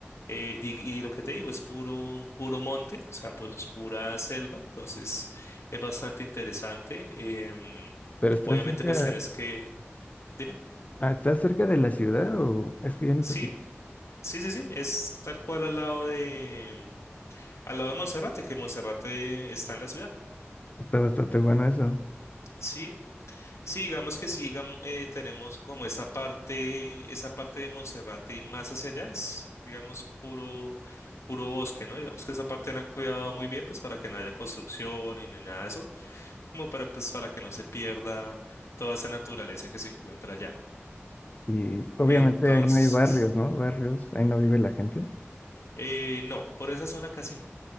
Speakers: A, on the left; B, on the left.
A: eh, y, y lo que te digo es puro, puro monte, o sea, pues pura selva, entonces es bastante interesante. em,
B: Pero estás
A: obviamente,
B: cerca,
A: pues tienes que... Dime.
B: ah, ¿estás cerca de la ciudad o es que ya no
A: Sí,
B: te...
A: sí, sí, sí, es tal cual al lado de... Al lado de Monserrate, que Monserrate está en la ciudad.
B: Está bastante bueno eso.
A: Sí, sí, digamos que sí, digam- eh, tenemos como esa parte, esa parte de Monserrate y más hacia allá es, digamos, puro, puro bosque, ¿no? Digamos que esa parte la han cuidado muy bien, pues para que no haya construcciones ni nada de eso. como para, pues, para que no se pierda toda esa naturaleza que se encuentra allá.
B: Y obviamente
A: Entonces,
B: ahí no hay barrios, ¿no? Barrios, ahí no vive la gente.
A: eh, no, por esa zona casi no,